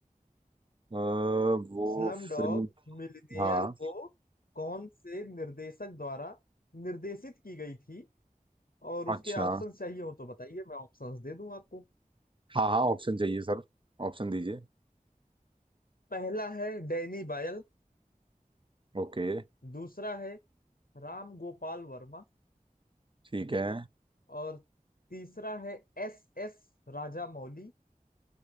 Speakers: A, on the right (about 35°); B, on the left (about 80°).
A: अ, वो
B: स्लम
A: फिल्म
B: डॉग मिलियनेयर
A: हाँ
B: को कौन से निर्देशक द्वारा निर्देशित की गई थी और उसके
A: अच्छा
B: ऑप्शंस चाहिए हो तो बताइए मैं ऑप्शंस दे दूं आपको
A: हाँ हाँ ऑप्शन चाहिए सर ऑप्शन दीजिए
B: पहला है डैनी बायल
A: ओके
B: दूसरा है राम गोपाल वर्मा
A: ठीक है
B: और तीसरा है एस एस राजा मौली